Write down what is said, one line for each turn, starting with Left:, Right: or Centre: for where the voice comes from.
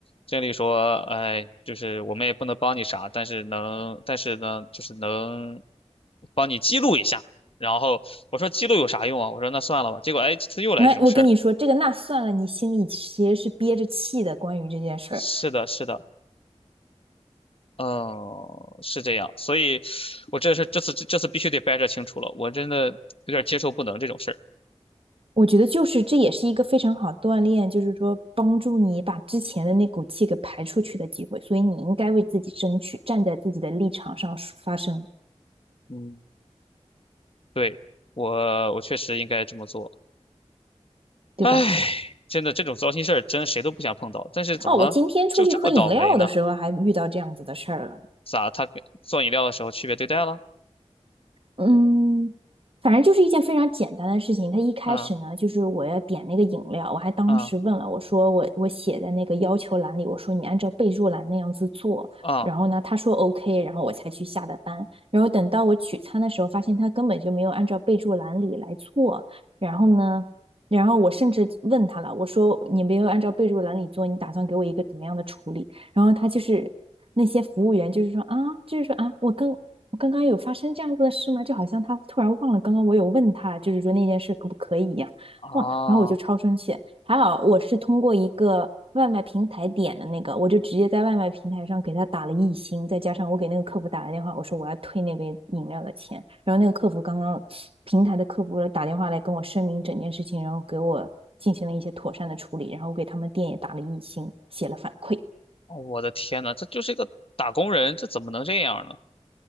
Left: 经理说，哎，就是我们也不能帮你啥，但是能，但是呢，就是能帮你记录一下。然后我说记录有啥用啊？我说那算了吧。结果哎，这次又来这种事儿。
Right: 来，我跟你说，这个那算了，你心里其实是憋着气的。关于这件事儿，
Left: 是的，是的，嗯，是这样，所以我这是这次这次必须得掰扯清楚了，我真的有点接受不能这种事儿。
Right: 我觉得就是这也是一个非常好锻炼，就是说帮助你把之前的那股气给排出去的机会。所以你应该为自己争取，站在自己的立场上发声，
Left: 嗯对，我我确实应该这么做。
Right: 对吧？
Left: 唉，真的这种糟心事儿，真谁都不想碰到。但是怎么就这么倒霉呢？
Right: 哦，我今天出去喝饮料的时候还遇到这样子的事儿了呢。
Left: 咋他给做饮料的时候区别对待了？
Right: 嗯，反正就是一件非常简单的事情。他一开始呢，
Left: 嗯
Right: 就是我要点那个饮料，我还当时问了，
Left: 嗯
Right: 我说我我写在那个要求栏里，我说你按照备注栏那样子做。
Left: 嗯
Right: 然后呢，他说 OK，然后我才去下的单。然后等到我取餐的时候，发现他根本就没有按照备注栏里来做。然后呢，然后我甚至问他了，我说你没有按照备注栏里做，你打算给我一个怎么样的处理？然后他就是那些服务员，就是说啊，就是说啊，我刚我刚刚有发生这样子的事吗？就好像他突然忘了刚刚我有问他，就是说那件事可不可以一样。
Left: 啊！
Right: 哇，然后我就超生气。还好我是通过一个外卖平台点的那个，我就直接在外卖平台上给他打了一星，再加上我给那个客服打了电话，我说我要退那杯饮料的钱。然后那个客服刚刚平台的客服打电话来跟我声明整件事情，然后给我进行了一些妥善的处理，然后我给他们店也打了一星，写了反馈。
Left: 我的天呐，这就是一个打工人，这怎么能这样呢？